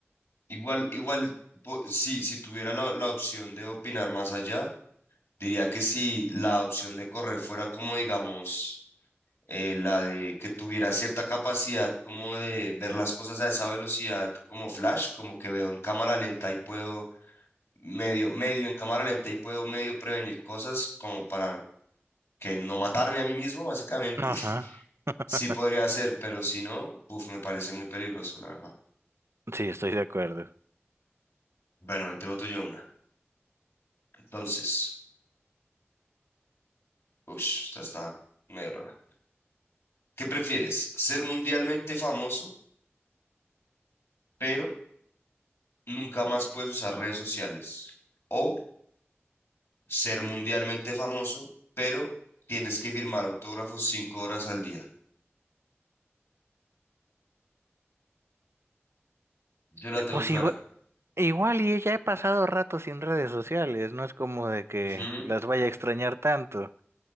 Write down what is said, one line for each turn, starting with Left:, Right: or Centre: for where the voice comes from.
Left: Igual, igual, po- si, si tuviera la, la opción de opinar más allá, diría que si la opción de correr fuera como, digamos, eh, la de que tuviera cierta capacidad como de ver las cosas a esa velocidad como flash, como que veo en cámara lenta y puedo medio, medio en cámara lenta y puedo medio prevenir cosas como para que no matarme a mí mismo, básicamente.
Right: Ajá.
Left: <laughs>
Right: <laughs>
Left: Sí podría ser, pero si no, uf, me parece muy peligroso, la verdad.
Right: Sí, estoy de acuerdo.
Left: Bueno, te voto yo una. Entonces, uff, esta está medio rara. ¿Qué prefieres? ¿Ser mundialmente famoso, pero nunca más puedes usar redes sociales? ¿O ser mundialmente famoso, pero tienes que firmar autógrafos cinco horas al día. Yo la tengo
Right: Pues
Left: clara.
Right: igua- igual, y ya he pasado rato sin redes sociales, no es como de que
Left: Ujú,
Right: las vaya a extrañar tanto.